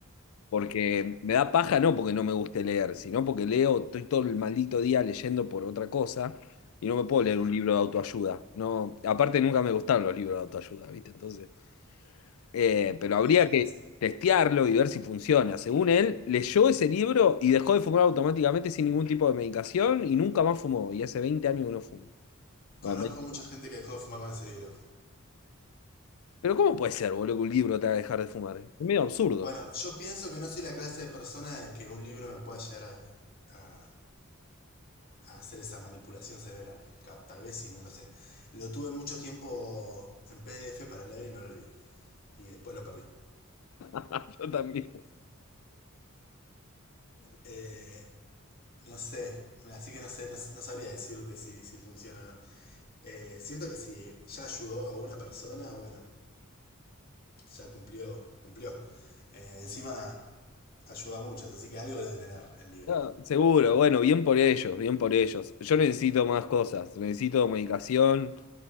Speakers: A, on the left (about 75°); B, on the left (about 45°).
A: Porque me da paja, no porque no me guste leer, sino porque leo, estoy todo el maldito día leyendo por otra cosa y no me puedo leer un libro de autoayuda. No, aparte nunca me gustaron los libros de autoayuda, ¿viste? Entonces, eh, pero habría
B: es.
A: que testearlo y ver si funciona. Según él, leyó ese libro y dejó de fumar automáticamente sin ningún tipo de medicación y nunca más fumó. Y hace 20 años que no fuma. Bueno,
B: Conozco
A: 20.
B: mucha gente que dejó de fumar con ese libro.
A: Pero ¿cómo puede ser, boludo, que un libro te haga dejar de fumar? Es medio absurdo.
B: Bueno, yo pienso que no soy la clase de persona de que un libro me pueda llegar a, a- a hacer esa manipulación cerebral. Cap- Tal vez sí, no lo sé. Lo tuve mucho tiempo en PDF para leer y no lo leí. Y después lo perdí.
A: <laughs> Yo también.
B: Eh, no sé, así que no sé, no, no sabría decirte si, si funciona o no. Eh, siento que si ya ayudó a una persona, bueno, Ya cumplió, cumplió. Eh, encima ayuda a muchos, así que algo debe tener el libro.
A: No, seguro, bueno, bien por ellos, bien por ellos. Yo necesito más cosas, necesito medicación